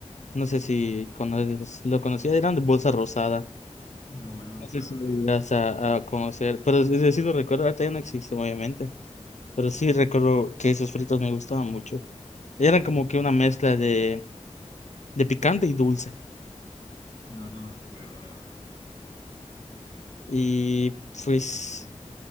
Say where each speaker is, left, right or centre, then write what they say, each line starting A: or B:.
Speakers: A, on the left; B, on the left.
A: No sé si conoces, lo conocía, eran de bolsa rosada.
B: No, no me
A: No
B: acuerdo
A: sé si llegas
B: de esos,
A: a, a conocer, pero es decir, lo recuerdo, ahorita ya no existen, obviamente. Pero sí recuerdo que esos fritos me gustaban mucho. Eran como que una mezcla de, de picante y dulce.
B: No, no me acuerdo, la verdad.
A: Y pues